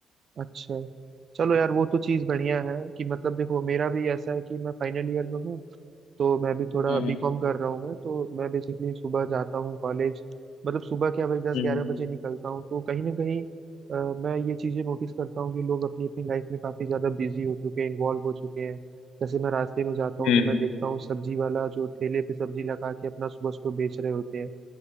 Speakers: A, on the right; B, on the left.
A: अच्छा चलो यार वो तो चीज़ बढ़िया है कि मतलब देखो मेरा भी ऐसा है कि मैं फाइनल ईयर में हूँ तो मैं भी थोड़ा
B: हम्म
A: बीकॉम कर रहा हूँ मैं तो मैं बेसिकली सुबह जाता हूँ कॉलेज मतलब सुबह क्या भाई दस
B: हम्म
A: ग्यारह बजे निकलता हूँ तो कहीं ना कहीं अ, मैं ये चीजें नोटिस करता हूँ कि लोग अपनी अपनी लाइफ में काफी ज्यादा बिजी हो चुके हैं इन्वॉल्व हो चुके हैं जैसे मैं रास्ते में जाता हूँ
B: हम्म
A: तो मैं
B: हम्म
A: देखता हूँ सब्जी वाला जो ठेले पे सब्जी लगा के अपना सुबह सुबह बेच रहे होते हैं